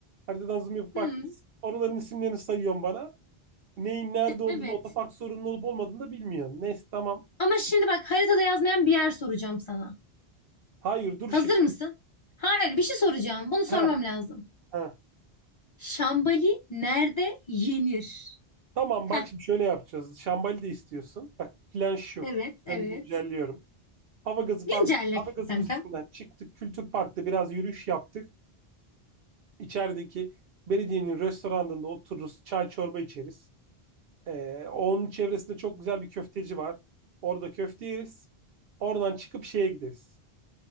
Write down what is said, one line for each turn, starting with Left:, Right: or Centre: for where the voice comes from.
Right: Haritadan zoom yapıp
Left: Hmm,
Right: bakmışsın. Oraların isimlerini sayıyorsun bana. Neyin nerede olduğunu,
Left: evet.
Right: otopark sorunun olup olmadığını da bilmiyorsun. Neyse tamam.
Left: Ama şimdi bak haritada yazmayan bir yer soracağım sana.
Right: Hayır dur
Left: Hazır
Right: şimdi.
Left: mısın? Hayır bir şey soracağım. Bunu sormam
Right: Heh,
Left: lazım.
Right: heh.
Left: Şambali nerede yenir?
Right: Tamam
Left: Heh,
Right: bak şimdi şöyle yapacağız. Şambali de istiyorsun. Bak plan şu.
Left: evet evet.
Right: Planı güncelliyorum. Hava gazı
Left: Güncelle
Right: fabrikası, hava gazı
Left: kankam.
Right: müzesinden çıktık. Kültür Park'ta biraz yürüyüş yaptık. İçerideki belediyenin restoranında otururuz. Çay çorba içeriz. Ee, onun çevresinde çok güzel bir köfteci var. Orada köfte yeriz. Oradan çıkıp şeye gideriz.